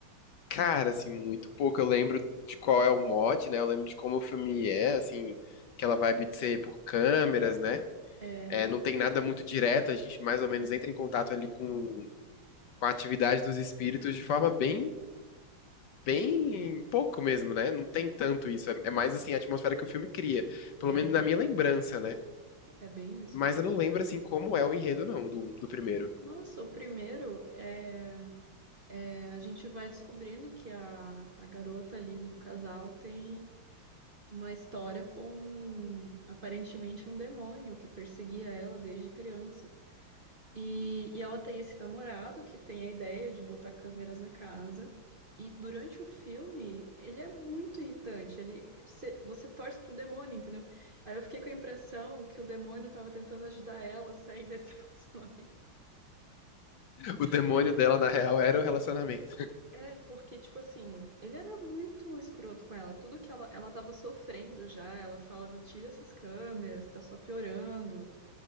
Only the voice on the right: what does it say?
É,
é,
é bem isso,
eu acho.
Nossa, o primeiro é, é a gente vai descobrindo que a, a garota ali do casal tem uma história com aparentemente um demônio que perseguia ela desde criança. E, e ela tem esse namorado que tem a ideia de botar câmeras na casa. E durante o filme, ele é muito irritante. Ele, você, você torce pro demônio, entendeu? Aí eu fiquei com a impressão que o demônio tava tentando ajudar ela a sair desse <laughs> relacionamento.
Porque,
é, porque, tipo assim, ele era muito escroto com ela. Tudo que ela, ela tava sofrendo já, ela falava, tira essas câmeras, tá só piorando.